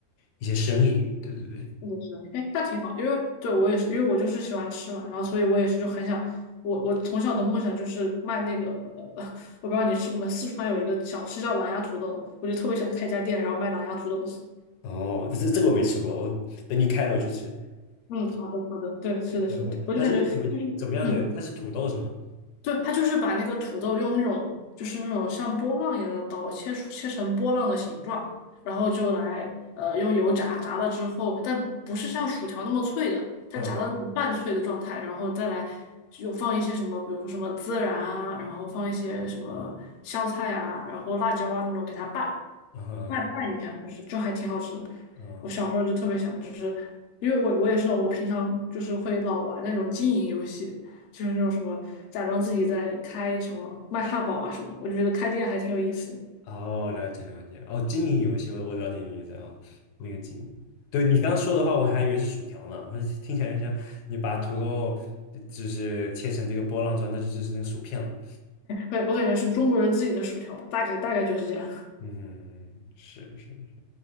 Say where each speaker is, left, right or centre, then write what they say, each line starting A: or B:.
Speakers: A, on the left; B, on the left.
A: 一些生意。对对对。
B: 是的，是的，哎，那挺好，因为对我也是，因为我就是喜欢吃嘛，然后所以我也是就很想，我我从小的梦想就是卖那个，呃，我不知道你吃过没，四川有一个小吃叫狼牙土豆，我就特别想开一家店，然后卖狼牙土豆。<laughs>
A: 哦，这这个我没吃过，我等你开了我去吃。
B: 嗯，好的，好的，对，是的，是的，
A: 嗯，
B: 对我就感觉就是，
A: 它是怎么怎么样的？
B: 嗯。
A: 它是土豆是吗？
B: 对，他就是把那个土豆用那种就是那种像波浪一样的刀切出切成波浪的形状，然后就来呃用油炸，炸了之后，但不是像薯条那么脆的，它炸到那种半脆的状态，
A: 嗯
B: 然后再来就放一些什么，比如说什么孜然啊，然后放一些什么香菜啊，然后辣椒啊那种给它拌，
A: 嗯
B: 拌拌一下，就是就还挺好吃的。
A: 嗯，呃
B: 我小时候就特别想，就是因为我我也是那种我平常就是会老玩那种经营游戏，就是那种什么假装自己在开什么卖汉堡啊什么我就觉得开店还挺有意思的。
A: 哦，了解了解。哦，经营游戏，我我了解你的意思啊、哦，那个经营。对你刚说的话，我还以为是薯条呢，我听起来像你把土豆呃就是切成这个波浪状，那就就是那个薯片了。
B: 对，我感觉是中国人自己的薯条吧，大概大概就是这样。
A: 嗯，是是是。